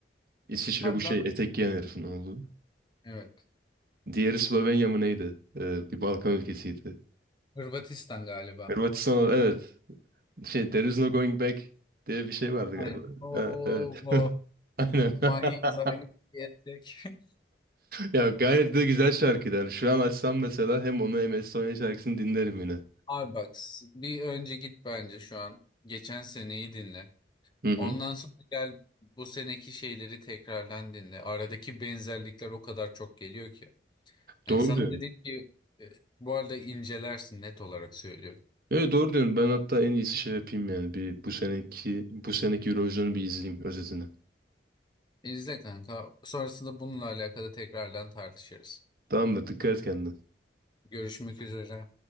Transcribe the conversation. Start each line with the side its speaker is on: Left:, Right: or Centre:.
Right: İsviçre
Left: Abi
Right: bu şey
Left: ben
Right: etek giyen herifin oğlu.
Left: evet.
Right: Diğeri Slovenya mı neydi? Ee, bir Balkan ülkesiydi.
Left: Hırvatistan galiba.
Right: Hırvatistan evet. Şey There is no going back diye bir şey vardı
Left: Aynen.
Right: galiba.
Left: Oo,
Right: Ha, evet.
Left: bu
Right: <laughs> Aynen.
Left: manyak
Right: <laughs>
Left: zayi diyecek. <laughs>
Right: Ya gayet de güzel şarkıydı. Yani şu an açsam mesela hem onu hem Estonya şarkısını dinlerim yine.
Left: Abi bak s- bir önce git bence şu an. Geçen seneyi dinle.
Right: Hı hı.
Left: Ondan sonra gel bu seneki şeyleri tekrardan dinle. Aradaki benzerlikler o kadar çok geliyor ki. Hani
Right: Doğru
Left: sana
Right: diyorsun.
Left: dedik ki e, bu arada incelersin net olarak söylüyorum.
Right: Evet doğru diyorsun. Ben hatta en iyisi şey yapayım yani. Bir bu seneki bu seneki Eurovision'u bir izleyeyim özetini.
Left: İzle kanka. Sonrasında bununla alakalı tekrardan tartışırız.
Right: Tamamdır. Dikkat et kendine.
Left: Görüşmek üzere.